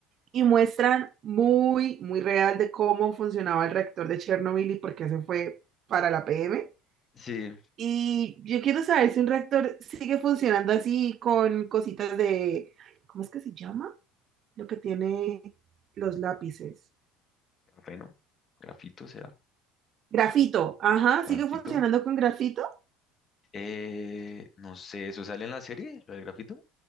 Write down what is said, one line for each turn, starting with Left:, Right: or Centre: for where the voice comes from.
Right: Y muestran muy, muy real de cómo funcionaba el reactor de Chernobyl y por qué se fue para la PM.
Left: Sí,
Right: Y yo quiero saber si un reactor sigue funcionando así con cositas de... ¿Cómo es que se llama? Lo que tiene los lápices.
Left: grafeno, grafito será,
Right: Grafito. Ajá,
Left: grafito.
Right: sigue funcionando con grafito.
Left: Eh, no sé, ¿eso sale en la serie, lo de grafito?